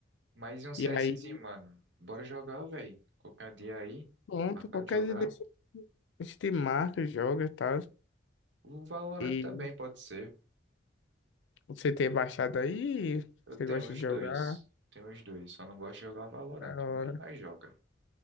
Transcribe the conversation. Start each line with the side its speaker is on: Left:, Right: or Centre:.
Right: Mas e um CSzinho,
Left: E aí,
Right: mano? Bora jogar, velho. Qualquer dia aí,
Left: pronto,
Right: marcar
Left: qualquer
Right: de jogar.
Left: dia desse, a gente marca, joga e tal.
Right: O Valorant
Left: E
Right: também pode ser.
Left: você ter baixado aí,
Right: Eu
Left: você
Right: tenho
Left: gosta
Right: os
Left: de jogar,
Right: dois. Tenho os dois. Só não gosto de jogar Valorant,
Left: da hora.
Right: mas nós joga.